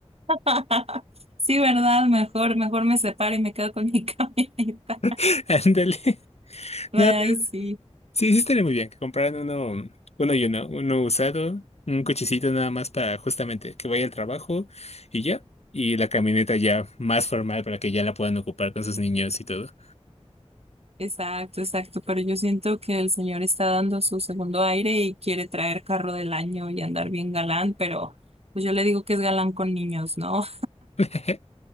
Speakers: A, on the right; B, on the left.
A: <laughs> Sí, ¿verdad? Mejor, mejor me separo y me quedo con mi <laughs> camioneta.
B: <laughs> Ándale.
A: Ay,
B: No,
A: sí,
B: Sí, sí estaría muy bien que compraran uno, uno y uno, uno usado, un cochecito nada más para justamente que vaya al trabajo y ya, y la camioneta ya más formal para que ya la puedan ocupar con sus niños y todo.
A: exacto, exacto. Pero yo siento que el señor está dando su segundo aire y quiere traer carro del año y andar bien galán, pero pues yo le digo que es galán con niños, ¿no?
B: <laughs>